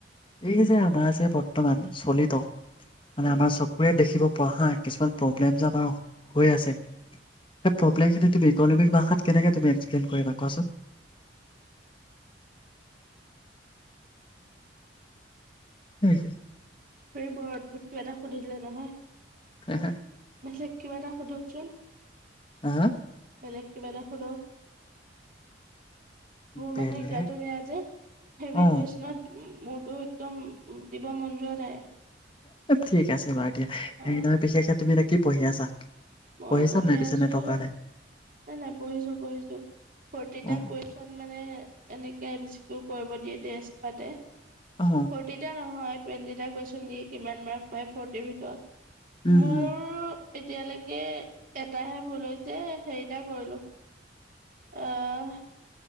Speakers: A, on the left; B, on the right.
A: এই যে আমাৰ যে বৰ্তমান চলিত, মানে
B: উম
A: আমাৰ চ' চকুৰে দেখিব পোৱা হা কিছুমান প্ৰব্লেম যে আমাৰ হৈ আছে, সেই
B: উম
A: প্ৰব্লেম খিনি তুমি ইনমিক ভাষাত কেনেকৈ তুমি এক্সপ্লেন কৰিবা কোৱাচোন? <inaudible>
B: তুমি বৰ অদ্ভূটো এটা সুধিলে নহয়।
A: হে' হে'।
B: বেলেগ কিবা এটা সোধকচোন।
A: হ হা
B: বেলেগ কিবা এটা সোধক। মোৰ
A: বেলেগ
B: মানে গাটো বেয়া যে, হেভী
A: অ
B: কুৱেচনত মুৰতো একদম দিব মন যোৱা যাই।
A: ঠিক আছে বাৰু দিয়া,
B: অ
A: হেৰি নহয় পিছে তুমি এতিয়া কি পঢ়ি আছা?
B: মই
A: পঢ়িছা
B: পঢ়ি
A: নাই পিছে
B: আছো
A: নেটৰ কাৰণে
B: এ' নাই পঢ়িছো পঢ়িছো ফৰ্টিটা
A: অ
B: কুৱেচ মানে এনেকে এম চি কিউ কৰিব দিয়ে টেষ্ট পাতে,
A: অ অ
B: ফৰ্টি টা নহয় টুৱেণ্টিটা কুৱেচন দিয়ে কিমান মাৰ্ক পায় ফৰ্টিৰ ভিতৰত,
A: উম
B: মোৰ
A: উম
B: এতিয়ালৈ কে এটাহে ভুল হৈছে হেৰিটা কৰিলো, আহ